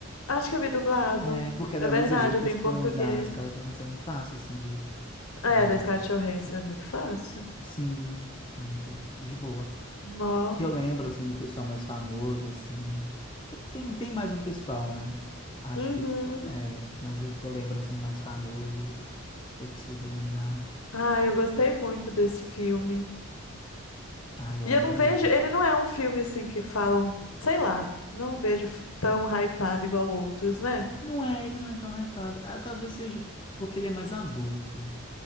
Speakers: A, on the left; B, on the left.
A: Acho que eu vi dublado.
B: É, porque a da
A: É verdade,
B: Reese Witherspoon
A: eu vi em português.
B: e da Scarlett Johansson é muito fácil, assim, de,
A: É,
B: de...
A: da Scarlett Johansson é muito fácil.
B: Sim, é muito de boa.
A: Nó.
B: Que eu lembro, assim, do pessoal mais famoso, assim. Tem, tem mais um pessoal, né? Acho
A: Uhum.
B: que é, mas o que eu lembro assim mais famoso que eu consigo lembrar.
A: Ah, eu gostei muito desse filme.
B: Ai, eu
A: E
B: adorei.
A: eu não vejo, ele não é um filme assim que falam, sei lá, não vejo f- tão hypado igual outros, né?
B: Não é, ele não é tão hypado. Ah, talvez seja porque ele é mais adulto.